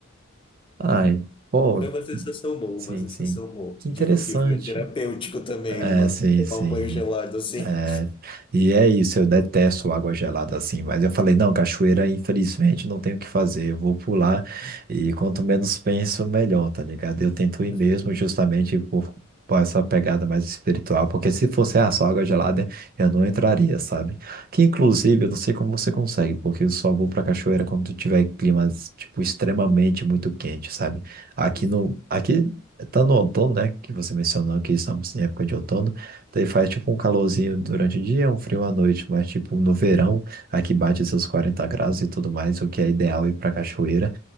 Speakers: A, on the right; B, on the left.
A: Ai, pô,
B: Foi uma sensação
A: que-
B: boa,
A: sim,
B: uma sensação
A: sim.
B: boa.
A: Que
B: Digo
A: interessante.
B: que foi terapêutico também,
A: É,
B: uma,
A: sim,
B: tomar
A: sim.
B: um banho gelado assim.
A: É, e é isso, eu detesto água gelada assim, mas eu falei, não, cachoeira, infelizmente, não tenho o que fazer, eu vou pular e quanto menos penso, melhor, tá ligado? Eu tento ir
B: Uhum,
A: mesmo justamente por, por essa pegada mais espiritual, porque se fosse ah, só água gelada, eu não entraria, sabe? Que inclusive, eu não sei como você consegue, porque eu só vou pra cachoeira quando tiver climas, tipo, extremamente muito quente, sabe? Aqui
B: uhum,
A: no, aqui tá no outono, né, que você mencionou que estamos em época de outono, Daí faz tipo um calorzinho durante o dia, um frio à noite, mas tipo no verão, aqui bate seus 40 graus e tudo mais, o que é ideal ir pra cachoeira.